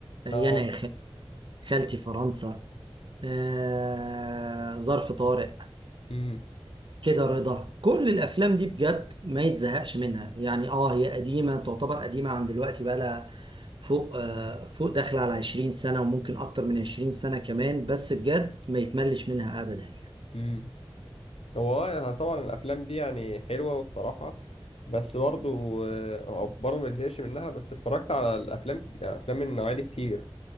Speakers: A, on the right; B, on the left.
A: آه، يانا
B: اه
A: يا خال- خالتي فرنسا آه، ظرف طارق
B: امم
A: كده رضا كل الافلام دي بجد ما يتزهقش منها يعني اه هي قديمه تعتبر قديمه عن دلوقتي بقى لها فوق آه، فوق داخله على 20 سنه وممكن اكتر من 20 سنه كمان بس بجد ما يتملش منها ابدا يعني
B: امم هو آه، طبعا الافلام دي يعني حلوه والصراحه بس برضو آه، برضو ما تزهقش منها بس اتفرجت على الافلام افلام من النوعيه دي كتير